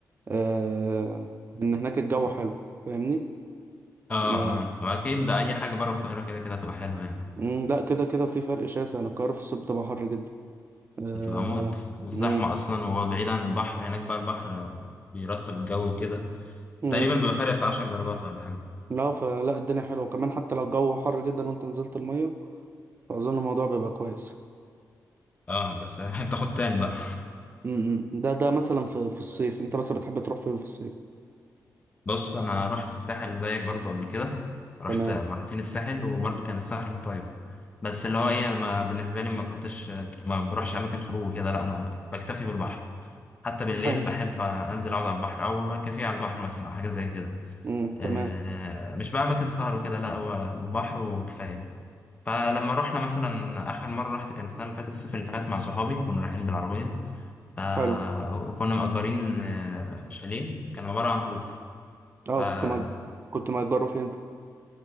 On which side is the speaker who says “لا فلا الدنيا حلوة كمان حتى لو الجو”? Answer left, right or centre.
Right